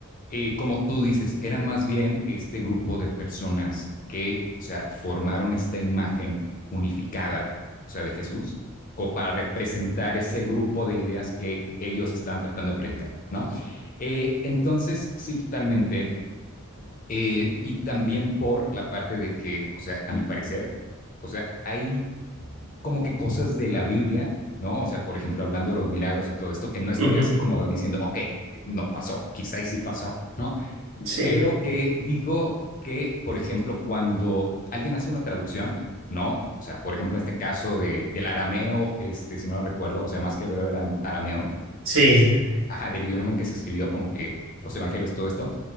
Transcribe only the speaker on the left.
eh, como tú dices, era más bien este grupo de personas que, o sea, formaron esta imagen unificada, o sea, de Jesús, como para representar ese grupo de ideas que ellos estaban tratando de predicar, ¿no? Eh, entonces, sí, totalmente. Eh, y también por la parte de que, o sea, a mi parecer, o sea, hay como que cosas de la Biblia, ¿no? O sea, por ejemplo, hablando de los milagros y todo esto, que no estoy
así como diciendo, ok, eh, no pasó, quizá sí pasó, ¿no?
Pero que digo que, por ejemplo, cuando alguien hace una traducción, ¿no? O sea, por ejemplo, en este caso de, del arameo, este, si no lo recuerdo, o sea, más que ver era arameo,
este, de, ajá, del idioma en que se escribió como que los evangelios, todo esto,